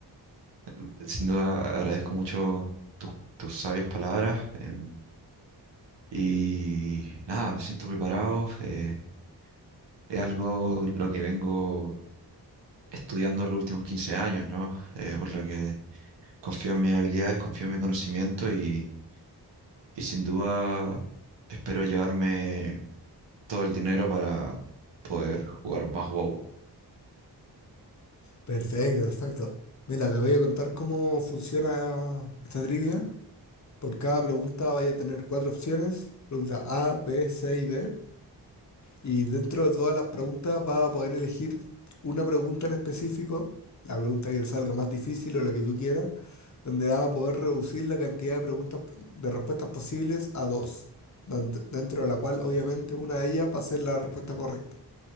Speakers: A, on the right; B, on the left.
A: eh, sin duda agradezco mucho tus tus sabias palabras. em, Y nada, me siento preparado. eh, es algo lo que vengo estudiando los últimos 15 años, ¿no? Eh, por lo que confío en mis habilidades, confío en mi conocimiento y, y sin duda espero llevarme todo el dinero para poder jugar más WoW.
B: Perfecto, perfecto. Mira, te voy a contar cómo funciona esta trivia. Por cada pregunta vaya a tener cuatro opciones. Pregunta A, B, C y D. Y dentro de todas las preguntas va a poder elegir una pregunta en específico, la pregunta que salga más difícil o la que tú quieras, donde va a poder reducir la cantidad de preguntas, de respuestas posibles a dos, dont- dentro de la cual obviamente una de ellas va a ser la respuesta correcta.